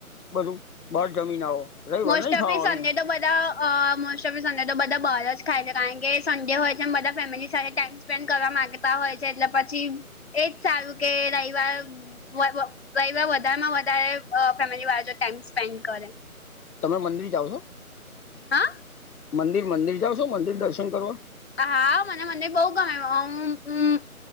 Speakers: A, on the left (about 80°); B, on the left (about 45°).
A: બધું બહાર જમીને આવો- રવિવાર
B: મોસ્ટ
A: નહી
B: ઓફ
A: ખાવાનું
B: તો સન્ડે તો બધા- અ મોસ્ટ ઓફી સન્ડે તો બધા બહાર જ ખાય છે કારણ કે સન્ડે હોય છેમ બધા ફેમિલી સાથે ટાઈમ- સ્પેન્ડ કરવા માંગતા હોય છે એટલે પછી એજ સારું કે રવાર- વહીવા વધારેમાં વધારે ફેમિલી વાળા ટાઈમ સ્પેન્ડ કરે-
A: તમે મંદિર જાઓ છો?
B: હા
A: મંદિર મંદિર જાઓ છો મંદિર દર્શન કરવા?
B: હા મને મને બઉ ગમે અ હમ-